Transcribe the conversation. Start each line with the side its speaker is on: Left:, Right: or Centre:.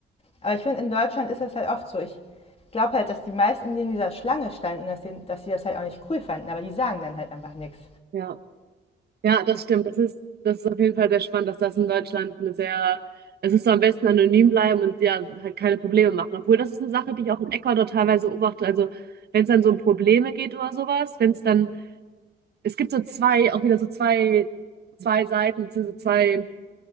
Left: Aber ich finde, in Deutschland ist das halt oft so. Ich glaube halt, dass die meisten, die in dieser Schlange standen, dass, die, dass sie das halt auch nicht cool fanden, aber die sagen dann halt einfach nichts.
Right: Ja. Ja, das stimmt. Das ist, das ist auf jeden Fall sehr spannend, dass das in Deutschland eine sehr, es ist so am besten anonym bleiben und ja, halt keine Probleme machen. Obwohl, das ist eine Sache, die ich auch in Ecuador teilweise beobachte. Also, wenn es dann so um Probleme geht oder sowas, wenn es dann, es gibt so zwei, auch wieder so zwei, zwei Seiten, beziehungsweise zwei